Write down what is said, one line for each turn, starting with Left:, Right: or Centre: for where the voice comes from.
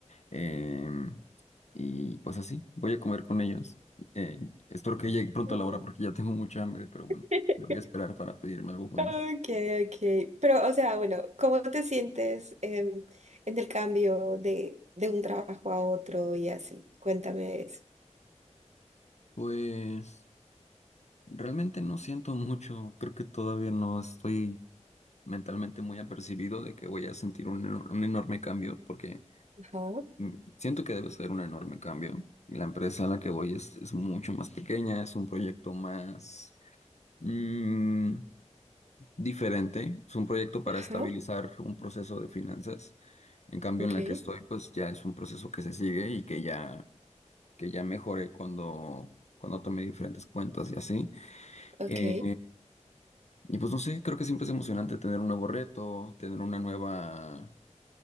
Left: em, y pues así, voy a comer con ellos. Eh, espero que llegue pronto
Right: Ah.
Left: la hora porque ya tengo mucha hambre, pero bueno,
Right: <laughs>
Left: me voy a esperar para pedirme algo bueno.
Right: Ok, ok. Pero, o sea, bueno, ¿cómo te sientes em, en el cambio de, de un trabajo a otro y así? Cuéntame eso.
Left: Pues realmente no siento mucho, creo que todavía no estoy mentalmente muy apercibido de que voy a sentir un, eno- un enorme cambio porque...
Right: Ajá,
Left: Mm, Siento que debe ser un enorme cambio. La empresa a la que voy es, es mucho más pequeña, es un proyecto más mm, diferente, es un proyecto para
Right: ajá,
Left: estabilizar un proceso de finanzas. En cambio,
Right: ok,
Left: en la que estoy, pues ya es un proceso que se sigue y que ya, que ya mejoré cuando, cuando tomé diferentes cuentas y así.
Right: ok.
Left: Eh, y pues no sé, creo que siempre es emocionante tener un nuevo reto, tener una nueva...